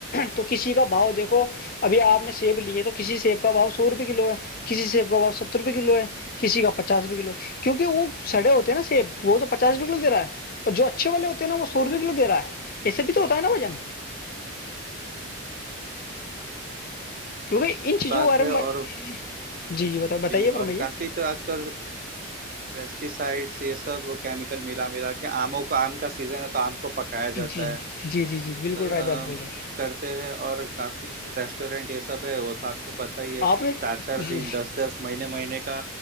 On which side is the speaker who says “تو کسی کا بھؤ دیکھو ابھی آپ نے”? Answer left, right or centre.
Left